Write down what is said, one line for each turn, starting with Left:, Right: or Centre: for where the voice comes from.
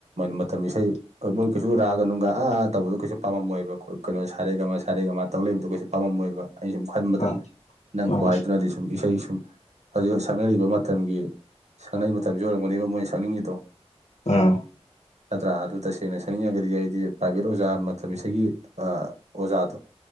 Right: ꯃꯇꯝ ꯏꯁꯩ ꯍꯣꯏ ꯃꯣꯏ ꯀꯩꯁꯨ ꯔꯥꯒ ꯅꯨꯡꯒ ꯑꯥ ꯇꯧꯕꯗꯣ ꯀꯩꯁꯨ ꯄꯥꯝꯃꯣꯏꯕ ꯀꯩꯅꯣ ꯁꯥꯔꯦꯒ ꯈꯔꯦꯒ ꯃꯥꯅ ꯇꯧ ꯂꯩꯛꯕꯗꯣ ꯀꯩꯁꯨ ꯄꯥꯝꯃꯝꯃꯣꯏꯕ ꯑꯩꯅ ꯁꯨꯝ ꯈꯟꯕꯗ
Left: ꯎꯝ ꯎꯝ
Right: ꯅꯪ
Left: ꯎꯝ
Right: ꯈꯨꯍꯥꯢꯗꯧꯅꯗꯤ ꯁꯨꯝ ꯏꯁꯩ ꯁꯨꯝ ꯍꯧꯖꯤꯛ ꯁꯛꯅꯔꯤꯕ ꯃꯇꯝꯒꯤ ꯁꯛꯅꯩ ꯃꯇꯝꯁꯤ ꯑꯣꯏꯔꯝꯒꯅꯦꯕ ꯃꯣꯏꯅ ꯁꯛꯅꯤꯡꯉꯤꯗꯣ
Left: ꯎꯝ
Right: ꯅꯠꯇ꯭ꯔꯥ ꯑꯗꯨ ꯇꯁꯦꯡꯅ ꯁꯛꯅꯤꯡꯉꯒꯗꯤ ꯑꯩꯗꯤ ꯄ꯭ꯔꯥꯏꯚꯦꯠ ꯑꯣꯖꯥ ꯃꯇꯝ ꯏꯁꯩꯒꯤ ꯑꯣꯖꯥ